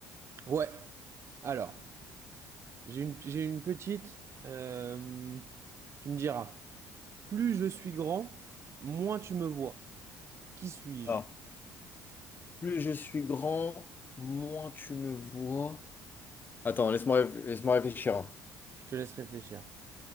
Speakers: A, on the right (about 45°); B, on the left (about 30°).
A: Ouais. Alors. J'ai une, j'ai une petite, euh, tu me diras, plus je suis grand, moins tu me vois. Qui suis-je?
B: Alors, plus je suis grand, moins tu me vois. Attends, laisse-moi réf- laisse-moi réfléchir. hein.
A: Je te laisse réfléchir.